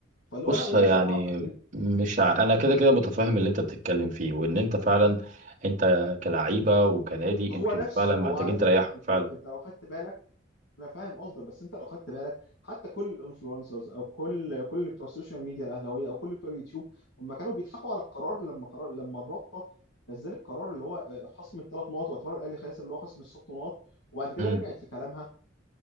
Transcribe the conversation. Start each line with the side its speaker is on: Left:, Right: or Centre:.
Left: فاللي
Right: بص
Left: هو لا يا
Right: يعني
Left: باشا وقف
Right: مش ع... انا كده كده متفاهم اللي انت بتتكلم فيه وان انت فعلا انت كلعيبه وكنادي
Left: هو
Right: انتوا
Left: نفس
Right: فعلا
Left: هو
Right: محتاجين
Left: على فكره
Right: تريحوا
Left: انت
Right: فعلا
Left: لو انت لو خدت بالك انا فاهم قصدك بس انت لو خدت بالك حتى كل الانفلونسرز او كل كل بتوع السوشيال ميديا الاهلاويه او كل بتوع اليوتيوب هم كانوا بيضحكوا على القرار لما قرار لما الرابطه نزلت القرار اللي هو خصم الثلاث نقط واعتبر الاهلي خاسر اللي هو خصم الست نقط وبعد كده
Right: امم
Left: رجعت في كلامها